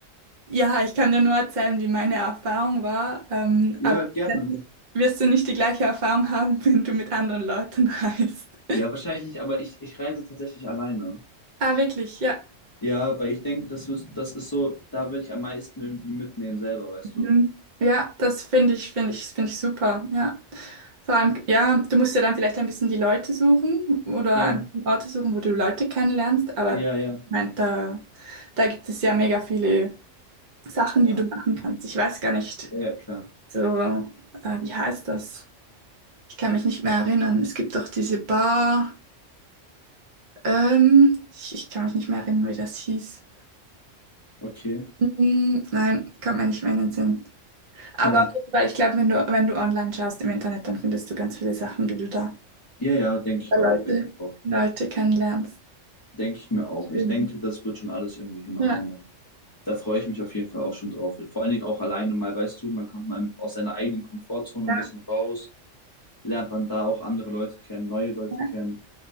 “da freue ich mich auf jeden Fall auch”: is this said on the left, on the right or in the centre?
Left